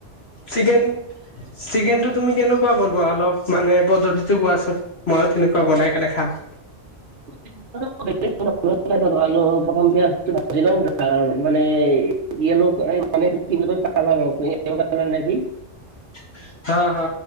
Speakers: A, on the left; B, on the right.
A: চিকেন চিকেনটো তুমি কেনেকুৱা বনোৱা অলপ মানে পদ্ধতিটো কোৱাচোন? মইয়ো তেনেকুৱা
B: মানে
A: বনাই
B: আলু
A: কিনে খাম।
B: <unintelligible> <unintelligible> প্ৰথম পিয়াজটো ভাঁজি লম মানে এ য়েল্লো মানে কি বুলি লয় <unintelligible> নেকি
A: <inaudible> হা হা